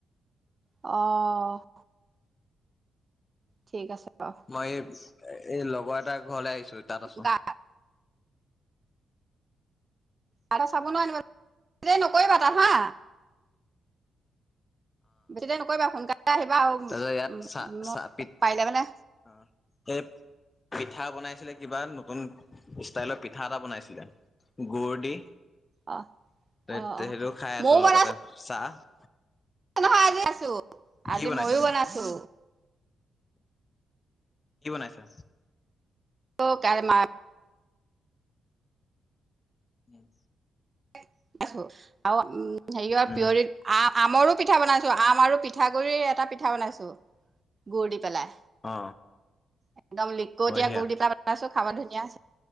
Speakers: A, on the right (about 35°); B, on the left (about 30°).
A: অ' ঠিক আছে বাৰু
B: মই এই এই লগৰ এটাৰ ঘৰলে আহিছো তাত আছো
A: গা গাধোৱা চাবোনো আনিব লাগিব বেছি দেৰি নকৰিবা তাত হা বেছি দেৰি নকৰিবা সোনকালে আহিবা আৰু
B: তহতৰ ইয়াত চা
A: মই
B: চা পিক
A: পাৰিলে মানে
B: পিঠা বনাইছিলে কিবা নতুন ষ্টাইলৰ পিঠা এটা বনাইছিলে গুৰ দি
A: অ
B: সেইটো
A: অ অ
B: খাই আছো
A: ময়ো বনাইছো
B: লগতে চাহ
A: নহয় আজি আছোঁ। আজি
B: কি বনাইছা
A: ময়ো
B: তুমি?
A: বনাইছো।
B: কি বনাইছা?
A: <unintelligible>
B: উম,
A: <unintelligible>
B: উম
A: আমৰো পিঠা বনাইছোঁ আম আৰু পিঠাগুড়িৰ এটা পিঠা বনাইছোঁ গুড় দি পেলাই।
B: অ
A: একদম লিকটীয়া
B: বঢ়িয়া
A: গুড় দি <unintelligible> বনাইছো। খাব ধুনীয়া হৈছে